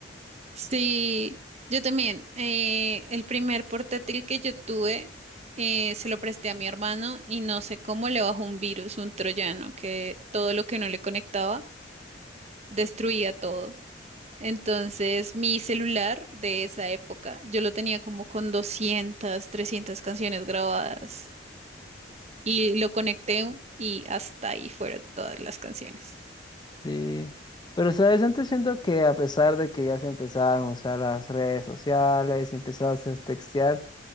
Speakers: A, on the right; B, on the left.
A: Sí, yo también. eh, el primer portátil que yo tuve eh, se lo presté a mi hermano y no sé cómo le bajó un virus, un troyano, que todo lo que no le conectaba destruía todo. Entonces, mi celular de esa época, yo lo tenía como con 200, 300 canciones grabadas y lo conecté y hasta ahí fueron todas las canciones.
B: Sí. Pero, ¿sabes? Antes siento que a pesar de que ya se empezaban a usar las redes sociales y empezabas a textear,